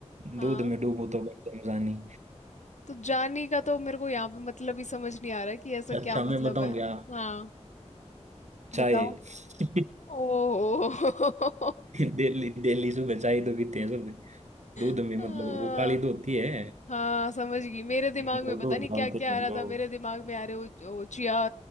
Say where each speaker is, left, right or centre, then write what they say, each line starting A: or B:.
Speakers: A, on the left; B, on the right.
A: हाँ
B: दूध में डूबूं तो बन जाऊं जानी
A: तो जानी का तो मेरे को यहाँ पे मतलब ही समझ नहीं आ रहा है कि ऐसा क्या
B: अच्छा
A: मतलब
B: मैं बताऊं
A: है
B: क्या
A: हाँ
B: चाय
A: बताओ
B: <laughs>
A: ओ <laughs>
B: डेली डेली सुबह चाय तो पीते हैं सब दूध
A: हाँ
B: में मतलब वो काली तो होती है
A: हाँ, समझ गई मेरे दिमाग
B: मतलब
A: में पता
B: दूध
A: नहीं क्या
B: डालते
A: क्या
B: हैं
A: आ रहा
B: लोग
A: था मेरे दिमाग में आ रहे वो, वो चिया